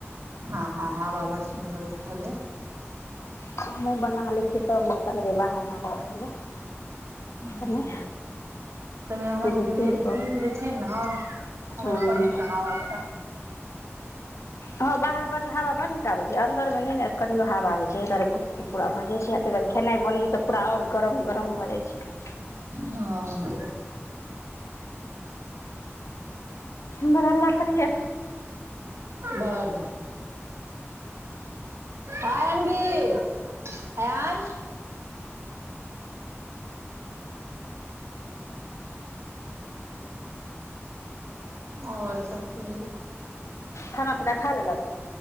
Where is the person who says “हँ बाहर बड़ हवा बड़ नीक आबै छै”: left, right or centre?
Left